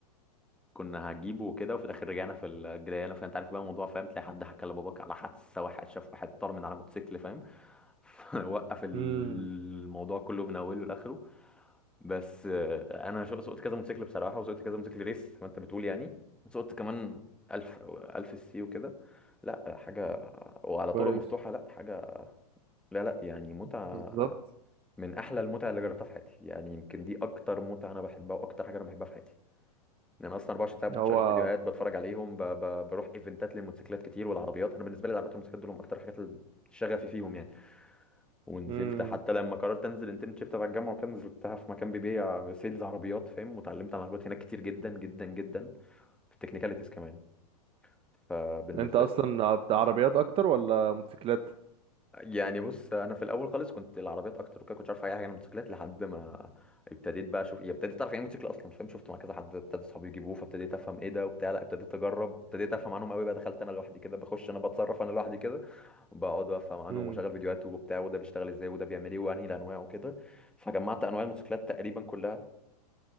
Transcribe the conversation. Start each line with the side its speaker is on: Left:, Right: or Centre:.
Centre: كنا هجيبه وكده وفي الاخر رجعنا في الجريانه فانت عارف بقى الموضوع فاهم تلاقي حد حكى لباباك على حادثه واحد شاف واحد طار من على موتوسيكل فاهم <laughs> وقف الموضوع
Right: مم.
Centre: كله من اوله لاخره بس آه، انا شو- سوقت كذا موتوسيكل بصراحه وسوقت كذا موتوسيكل ريس زي ما انت بتقول يعني وسوقت كمان 1000 1000 السي وكده لا حاجه وعلى
Right: كويس
Centre: طرق مفتوحه لا حاجه لا لا يعني متعه
Right: بالظبط
Centre: من احلى المتع اللي جربتها في حياتي يعني يمكن دي اكتر متعه انا بحبها واكتر حاجه انا بحبها في حياتي لان انا اصلا 24 ساعه بتشغل
Right: هو
Centre: فيديوهات بتفرج عليهم ب... ب... بروح ايفنتات للموتوسيكلات كتير والعربيات انا بالنسبه لي العربيات والموتوسيكلات دول هم اكتر حاجات اللي شغفي فيهم يعني ونزلت
Right: مم.
Centre: حتى لما قررت انزل انترنشيب تبع الجامعه وكان نزلتها في مكان بيبيع سيلز عربيات فاهم وتعلمت عن العربيات هناك كتير جدا جدا جدا في التكنيكاليتيز كمان فبالنسبه
Right: انت اصلا عط- عربيات اكتر ولا موتوسيكلات
Centre: يعني بص انا في الاول خالص كنت العربيات اكتر وكده كنتش عارف اي حاجه عن الموتوسيكلات لحد ما ابتديت بقى اشوف يعني ابتديت اعرف يعني ايه موتوسيكل اصلا فاهم شفت مع كذا حد ابتدى اصحابي يجيبوه فابتديت افهم ايه ده وبتاع لا ابتديت اجرب ابتديت افهم عنهم قوي بقى دخلت انا لوحدي كده بخش انا بتصرف انا لوحدي كده بقعد افهم عنهم
Right: امم
Centre: واشغل فيديوهات وبتاع وده بيشتغل ازاي وده بيعمل ايه وانهي الانواع وكده فجمعت انواع الموتوسيكلات تقريبا كلها